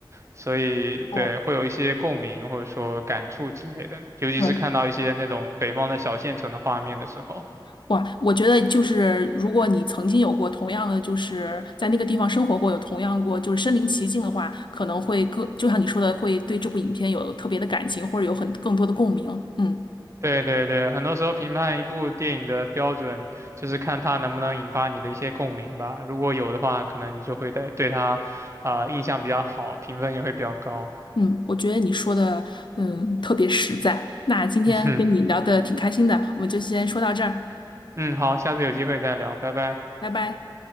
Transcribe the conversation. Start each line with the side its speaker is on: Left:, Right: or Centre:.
Right: 所以对，
Left: 哦，
Right: 会有一些共鸣或者说感触之类的，尤其是看到一些那种北方的小县城的画面的时候。
Left: 对。哇，我觉得就是如果你曾经有过同样的，就是在那个地方生活过，有同样过就是身临其境的话，可能会更，就像你说的，会对这部影片有特别的感情，或者有很更多的共鸣。嗯
Right: 对对对，很多时候评判一部电影的标准就是看它能不能引发你的一些共鸣吧。如果有的话，可能你就会对对它，啊、印象比较好，评分也会比较高。
Left: 嗯，我觉得你说的嗯特别实在。那今天跟你聊的挺开心的，
Right: <laughs>
Left: 我们就先说到这儿，
Right: 嗯，好，下次有机会再聊，拜拜。
Left: 拜拜。